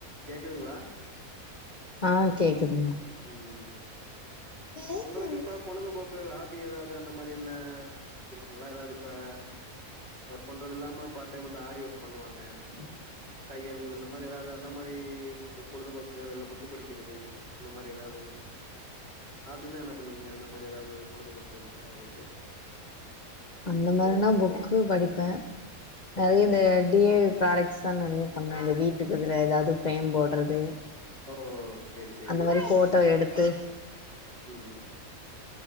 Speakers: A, on the right (about 45°); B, on the left (about 40°).
A: கேக்குதுங்ளா
B: ஆ கேக்குதுங்க
A: ம்
B: கேக்குதுங்க
A: உங்களுக்கு இப்ப பொழுதுபோக்கு ஹாபி ஏதாது அந்த மாரி என்ன உங்ளுக்கு இருக்குங்ளா ஏதாது இப்ப ஒர்க் பண்றது இல்லாம பார்ட் டைமா அந்த ஆரி ஒர்க் பண்ணுவாங்க தையல்கள் இந்த மாரி எதாது அந்த மாரி பொழுதுபோக்குகள் இல்ல புக்கு படிக்கிறது அந்த மாரி எதாவ்து ஹாபின்னா என்ன பண்ணுவீங்க இந்த மாரி ஏதாது பொழுதுபோக்குகள் இருக்கா உங்களுக்கு
B: அந்த மாறினா புக்கு படிப்பே நெறைய
A: ம்
B: இந்த டி ஏ ப்ராடக்ட் எக்ஸா நெறைய பண்ணே இந்த வீட்டுக்குதுல ஏதாது ஃப்ரேம் போட்றது
A: ஓ செரி செரிங்க
B: அந்த மாரி
A: செரி
B: ஃபோட்டோ எடுத்து
A: ம் ம்